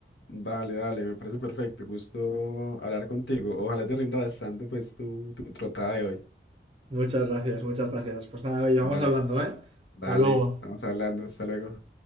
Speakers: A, on the left; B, on the right.
A: Dale, dale, me parece perfecto. Gusto hablar contigo. Ojalá te rinda bastante pues tu, tu trotada de hoy.
B: Muchas gracias, muchas gracias. Pues nada, oye, vamos
A: Dale,
B: hablando, ¿eh?
A: dale,
B: Hasta luego.
A: estamos hablando. Hasta luego.